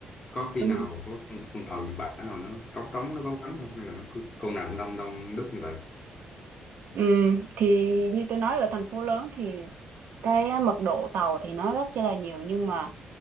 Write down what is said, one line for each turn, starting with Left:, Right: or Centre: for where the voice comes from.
Left: có khi
Right: ừ.
Left: nào có con con tàu Nhật Bản nào nó trống trống nó vắng vắng không hay là nó cứ con nào cũng đông đông đúc như vậy
Right: Ừm, thì như tôi nói ở thành phố lớn thì cái á, mật độ tàu thì nó rất là nhiều nhưng mà